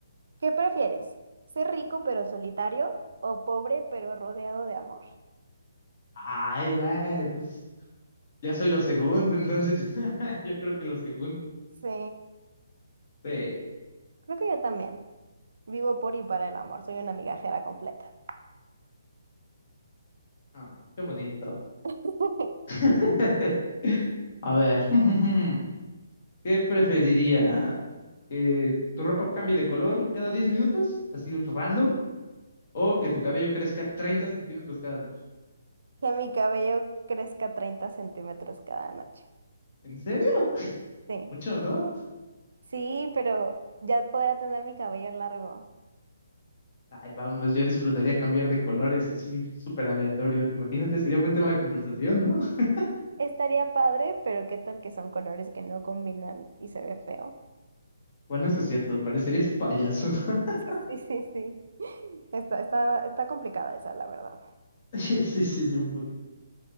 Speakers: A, on the right (about 70°); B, on the left (about 45°).
A: ¿qué prefieres? ¿Ser rico pero solitario o pobre pero rodeado de amor?
B: Ay, güey, pues ya soy lo segundo, entonces <laughs> yo creo que lo segundo.
A: Sí,
B: Sí.
A: creo que yo también. Vivo por y para el amor, soy una migajera completa.
B: Ah, qué bonito.
A: <laughs>
B: <laughs> A ver, <laughs> ¿qué preferirías? ¿Que tu ropa cambie de color cada 10 minutos, así random, o que tu cabello crezca 30 centímetros cada noche?
A: Que mi cabello crezca 30 centímetros cada noche.
B: ¿En serio?
A: Sí,
B: Mucho, ¿no?
A: sí, pero ya podría tener mi cabello largo.
B: Ay, vamos, yo disfrutaría cambiar de colores, así súper aleatorio. Imagínate, sería buen tema de conversación, ¿no? <laughs>
A: Estaría padre, pero qué tal que son colores que no combinan y se ve feo. <laughs>
B: Bueno, eso es cierto, parecerías payaso. <laughs>
A: Sí, sí, sí, sí. Está, está, está complicada esa, la verdad.
B: Sí, sí, sí, un poquito.